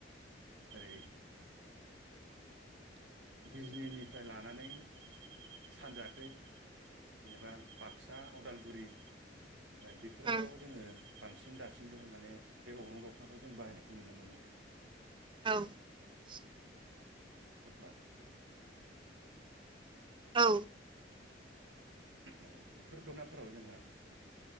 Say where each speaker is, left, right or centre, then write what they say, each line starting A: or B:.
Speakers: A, on the right; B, on the right.
A: ओरै बिजिनिनिफ्राय लानानै सानजाखै जेनेबा बाक्सा उदालगुरि बेफोरहायाव
B: उम
A: जोङो बांसिन दासिमबो माने बे अग्रं दखनाखौ जों बाहायनायखौ नुनो मोनो
B: औ।
A: होनबा
B: औ।
A: औ बेफोर दनाफोराव जोंहा।